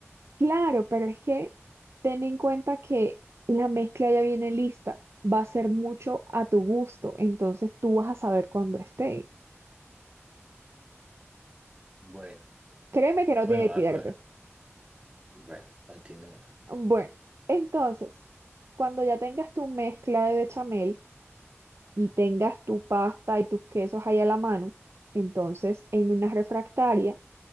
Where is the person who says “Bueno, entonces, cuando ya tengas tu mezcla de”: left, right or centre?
Right